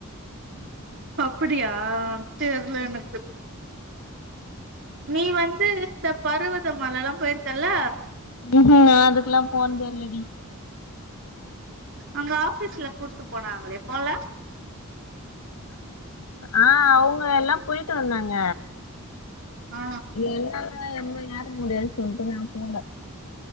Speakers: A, on the right (about 55°); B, on the left (about 85°).
A: அப்படியா தெர்ல எனக்கு நீ வந்து இந்த பருவதமலை எல்லா போயிருக்கல்ல
B: உஹ்ம் நான் அதுக்கெல்லாம் போனது இல்லடி
A: அங்க ஆபீஸ்ல கூட்டு போனாங்களே போல
B: ஆஹ் அவுங்க எல்லா போயிட்டு வந்தாங்க
A: ஆ
B: என்ன எல்லா எம்மை யார முடியாதுன்னு சொல்லிட்டு நான் போல